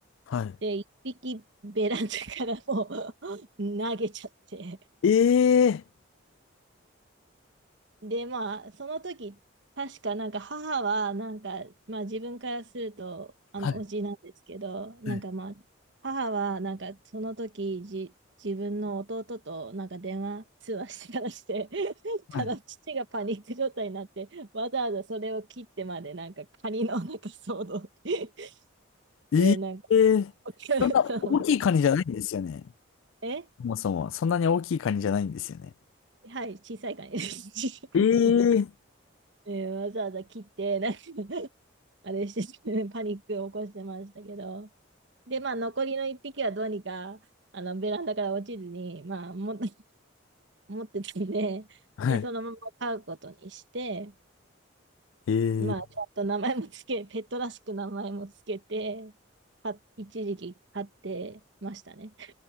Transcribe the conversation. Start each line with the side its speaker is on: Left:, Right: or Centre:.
Left: はい。
Right: で、1匹ベランダからもう <laughs> 投げちゃって、
Left: ええ
Right: で、まあ、その時、確かなんか母は、なんか、まあ自分からすると、あの、
Left: はい。
Right: おじなんですけど、なんかまあ、
Left: はい
Right: 母はなんかその時、じ、自分の弟となんか電話通話してからして、<laughs> ただ父がパニック状態になって、
Left: はい
Right: わざわざそれを切ってまでなんかカニのなんか騒動 <laughs>
Left: ええそんな大きいカニじゃないんですよね。
Right: で、なんか <laughs> お客さんを、え
Left: そもそも。そんなに大きいカニじゃないんですよね。
Right: はい、小さいカニです。<laughs> 小さいカニ
Left: ええ
Right: で <laughs> でわざわざ切って、なんあれしてて、パニックを起こしてましたけど。で、まあ、残りの1匹はどうにか、あの、ベランダから落ちずに、まあ、も、<laughs> 持ってたんで、
Left: はい。
Right: で、そのまま飼うことにして、
Left: ええ
Right: まあ、ちゃんと名前もつけ、ペットらしく名前もつけて、か一時期飼ってましたね。